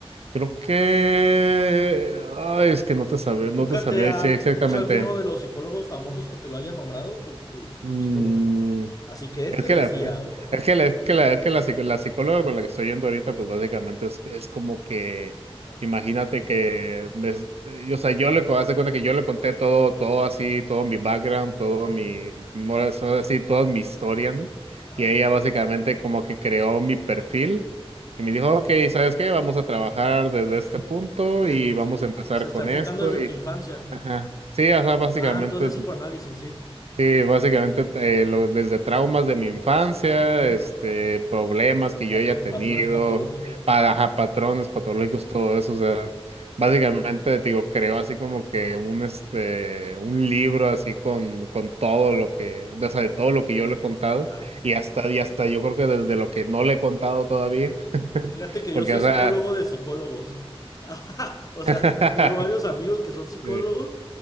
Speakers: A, on the right (about 80°); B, on the left (about 35°).
A: creo que, ay, es que no te sabría, no
B: ¿Nunca
A: te sabría
B: te han
A: decir exactamente.
B: dicho alguno de los psicólogos famosos que te lo haya nombrado, tu, tu,
A: Mm,
B: tu psicólogo? Así que este
A: Es que
B: decía,
A: la,
B: o no.
A: es que la, es que la, es que la, psico- la psicóloga con la que estoy yendo ahorita, pues básicamente es, es como que,
B: Ah,
A: imagínate que, es- eh, o sea, yo le, co- haz de cuenta que yo le conté todo, todo así, todo mi background, todo
B: ajá,
A: mi, mi mora- todo así, toda mi historia, ¿no?
B: ajá,
A: Y ella básicamente como que creó mi perfil
B: claro.
A: y me dijo, ok, ¿sabes qué? Vamos a trabajar desde este punto
B: Te-
A: y vamos a empezar
B: se está
A: con
B: enfocando
A: esto
B: desde
A: y,
B: tu infancia.
A: ajá. Sí, o sea, básicamente
B: Ah, entonces psicoanálisis, sí.
A: Sí, básicamente eh, lo- desde traumas de mi infancia,
B: Ujú.
A: este, problemas que yo
B: Patro-
A: haya tenido,
B: patrones patológicos,
A: pa- ajá, patrones patológicos, todo eso, o sea, básicamente te digo, creo así como que un este, un libro así con, con todo lo que, o sea, de todo lo que yo le he contado
B: claro.
A: y hasta, y hasta yo creo que desde lo que no le he contado todavía, <laughs>
B: Fíjate que
A: porque,
B: yo soy
A: o
B: psicólogo
A: sea,
B: de psicólogos. <laughs> O sea,
A: <laughs>
B: tengo varios amigos que son psicólogos
A: sí,